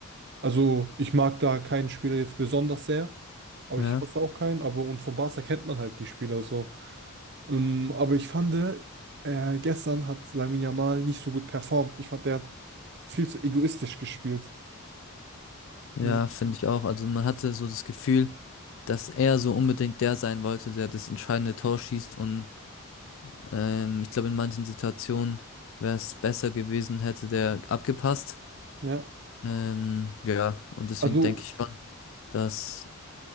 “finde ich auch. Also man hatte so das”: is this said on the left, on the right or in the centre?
Left